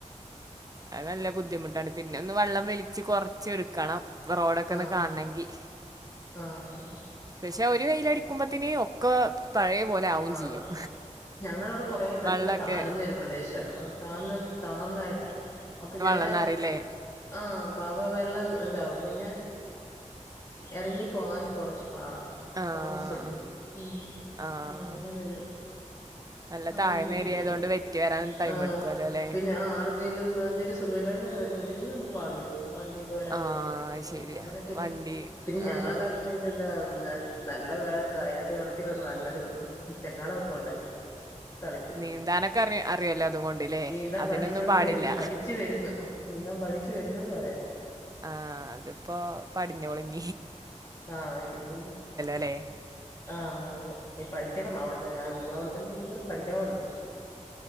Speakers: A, on the right; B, on the left.
A: അത് നല്ല ബുദ്ധിമുട്ടാണ് പിന്നെ ഒന്ന് വെള്ളം വെലിച്ച് കൊറച്ച് എടുക്കണം റോഡൊക്കെ ഒന്ന്
B: ആഹ്
A: കാണണെങ്കി
B: ആഹ്
A: പക്ഷെ ഒരു വെയില അടിക്കുമ്പത്തനേ ഒക്കെ പഴയ പോലെ ആും
B: മാറി
A: ചെയ്യും
B: ഞങ്ങളവിടെ കുറെേ നല്ല
A: വെള്ളമൊക്കെ
B: താഴ്ന്നൊരു പ്രദേശമാണ് താഴ്ന്ന താഴന്നതായിട്ടാ അപ്പൊ ഞങ്ങ
A: ന്ന് അറിയില്ലേ
B: ആ അപ്പാ അപ്പ വെള്ളം ഇതാവും പിന്നെ ഇറങ്ങിപ്പോകാനും കുറച്ച് പാട
A: ആഹ്
B: താമസെടുക്കും ഉം
A: ആഹ്
B: നമ്മൾ അങ്ങനെരു
A: നല്ല
B: അങ്ങനൊരു
A: താഴ്ന്ന
B: ബുദ്ധിമുട്ട്ണ്ട്
A: ഏരിയായതുകൊണ്ട് വെറ്റി വരാൻ ടൈം
B: ആ
A: എടുക്കുവല്ലോ അല്ലേ
B: പിന്നെ ആറുകേലും എന്തും സുഖലൊക്കെ വരുമ്പോഴത്തേക്ക നമുക്ക് പാടു വരുന്നു വണ്ടിയൊക്കെ വരാത്തോണ്ടേ
A: ആഹ്
B: പിന്നെ
A: ശരിയാ
B: അങ്ങനെയൊക്കെ വരുമ്പോ
A: വണ്ടി
B: പിന്നെ ഞങ്ങളൊക്കെ
A: ആഹ്
B: ആ സമയത്ത് എന്താ നല്ല വെ ധൈര്യത്തിൽ വെള്ളത്തീ കടന്ന് നല്ലട്ട് കളിക്കും ചങ്ങാടം ഒക്കെ ഉണ്ടായിനി കളിക്കും
A: നീന്താനൊക്കെ അറി അറിയല്ലോ അതുകൊണ്ട്ല്ലേ
B: നീന്താൻ
A: അതിനൊന്നും
B: പഠിച്ചോണ്ട്
A: പാടില്ല
B: വരുന്നു പഠിച്ചു വരുന്നു നീന്താൻ പഠിച്ചു വരുന്നത് പറയാ
A: ആ അതിപ്പോ പടിഞ്ഞോളും ഞ്ഞ്
B: ആ ഇനി
A: അല്ലേ
B: ആ അതെ പഠിക്കണം അവിടെ <unintelligible> നമ്മള് അവിടെത്തന്നെ നിക്ക്ന്ന പഠിക്കണമല്ലോ